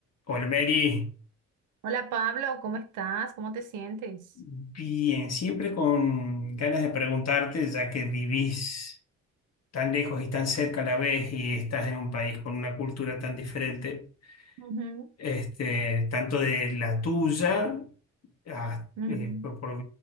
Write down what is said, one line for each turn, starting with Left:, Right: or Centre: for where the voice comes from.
Left: Olmeri,
Right: Hola Pablo, ¿cómo estás? ¿Cómo te sientes?
Left: bien, siempre con ganas de preguntarte, ya que vivís tan lejos y tan cerca a la vez y estás en un país con una cultura tan diferente,
Right: Ujú,
Left: este, tanto de la tuya, ah,
Right: Ujú.
Left: eh, por, por